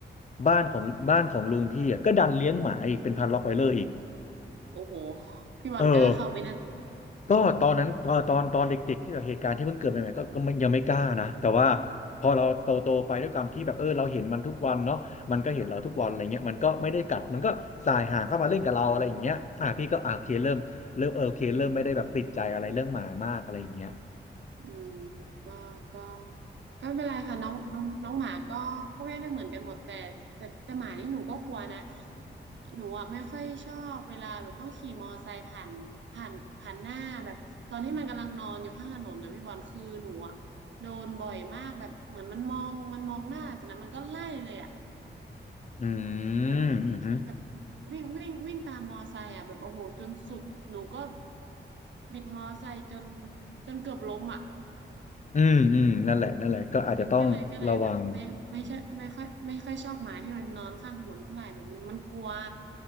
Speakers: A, on the left; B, on the right.
A: บ้านของบ้านของลุงพี่อ่ะก็ดันเลี้ยงหมาอีกเป็นพันล็อตไวเลอร์อีก
B: โอ้โหพี่บอลกล้าเข้าไหมนั่น
A: เออ ก็ตอนนั้นตอนตอนตอนเด็กๆที่แบบเหตุการณ์ที่เพิ่งเกิดใหม่ๆก็ก็ไม่ยังไม่กล้านะแต่ว่าพอเราโตโตไปด้วยความที่แบบเออเราเห็นมันทุกวันเนาะมันก็เห็นเราทุกวันอะไรเงี้ยมันก็ไม่ได้กัดมันก็สายหางเข้ามาเล่นกับเราอะไรอย่างเงี้ยอ่ะพี่ก็อ่ะโอเคเริ่มเริ่มเออโอเคเริ่มไม่ได้แบบติดใจอะไรเรื่องหมามากอะไรอย่างเงี้ย
B: อืมก็ก็ก็ไม่เป็นไรค่ะน้องน้องน้องหมาก็ก็ไม่ได้เหมือนกันหมดแต่แต่แต่หมานี่หนูก็กลัวนะหนูอ่ะไม่ค่อยชอบเวลาแบบต้องขี่มอไซค์ผ่านผ่านผ่านหน้าแบบตอนที่มันกำลังนอนอยู่ข้างถนนนะพี่บอลคือหนูอ่ะโดนบ่อยมากแบบเหมือนมันมองมันมองหน้าจากนั้นมันก็ไล่เลยอ่ะ
A: อื
B: แบบ
A: มอืมอ
B: แบบวิ่งวิ่งวิ่งตามมอไซค์อ่ะแบบโอ้โหจนสุดหนูก็บิดมอไซค์จนจนเกือบล้มอ่ะ
A: ืมอืมนั่นแหละนั่นแหละก็อาจจะต้องระวัง
B: ก็เลยก็เลยแบบไม่ไม่ใช่ไม่ค่อยไม่ค่อยชอบหมาที่มันนอนข้างถนนเท่าไหร่แบบมันมันกลัว